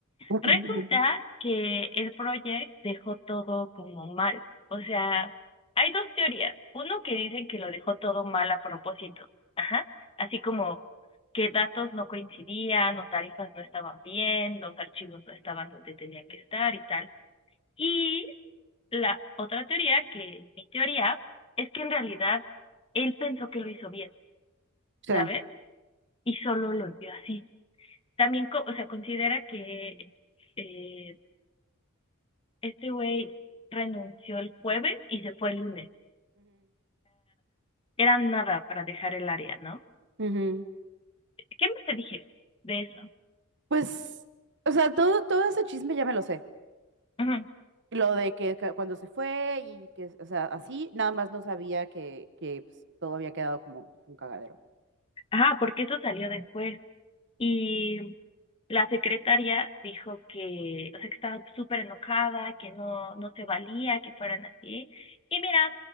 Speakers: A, on the right (about 55°); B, on the left (about 25°).
A: ujú,
B: Resulta que el proyecto dejó todo como mal. O sea, hay dos teorías. Uno que dice que lo dejó todo mal a propósito. Ajá. Así como que datos no coincidían o tarifas no estaban bien, los archivos no estaban donde tenían que estar y tal. Y la otra teoría, que es mi teoría, es que en realidad él pensó que lo hizo bien,
A: Sí.
B: ¿sabes? Y solo lo vio así. También, co- o sea, considera que eh, este güey renunció el jueves y se fue el lunes. Era nada para dejar el área, ¿no?
A: Ujú, ujú.
B: ¿Qué más te dije de eso?
A: Pues, o sea, todo, todo ese chisme ya me lo sé.
B: Ujú.
A: Lo de que ca- cuando se fue y que, o sea, así, nada más no sabía que, que pues, todo había quedado como un cagadero.
B: Ah, porque eso salió después. Y la secretaria dijo que, o sea, que estaba súper enojada, que no, no se valía que fueran así. Y mira,